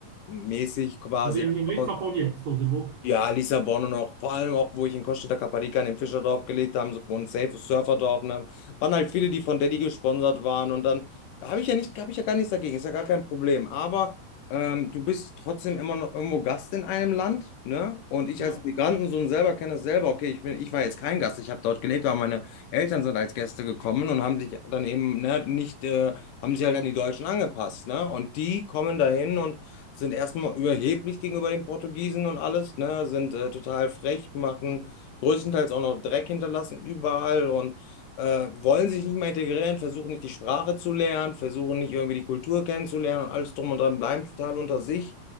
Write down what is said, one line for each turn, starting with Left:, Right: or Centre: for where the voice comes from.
Left: mäßig quasi.
Right: also in, in Lissabon
Left: ja,
Right: jetzt oder wo?
Left: ja, Lissabon und auch vor allem auch, wo ich in Costa da Caparica in dem Fischerdorf gelebt habe, so ein safe Surferdorf, ne? Waren halt viele, die von Daddy gesponsert waren und dann habe ich ja nicht, habe ich ja gar nichts dagegen, ist ja gar kein Problem. Aber ähm, du bist trotzdem immer noch irgendwo Gast in einem Land, ne? Und ich
Right: Ja,
Left: als Migrantensohn selber kenne das selber. Okay, ich bin, ich war jetzt kein Gast, ich habe dort gelebt, aber meine Eltern sind als Gäste gekommen und haben sich dann eben, ne, nicht, äh, haben sich halt an die Deutschen angepasst, ne? Und die kommen dahin und sind erstmal überheblich gegenüber den Portugiesen und alles, ne? Sind äh, total frech, machen größtenteils auch noch Dreck hinterlassen überall und äh, wollen sich nicht mehr integrieren, versuchen nicht die Sprache zu lernen, versuchen nicht irgendwie die Kultur kennenzulernen und alles drum und dran, bleiben total unter sich.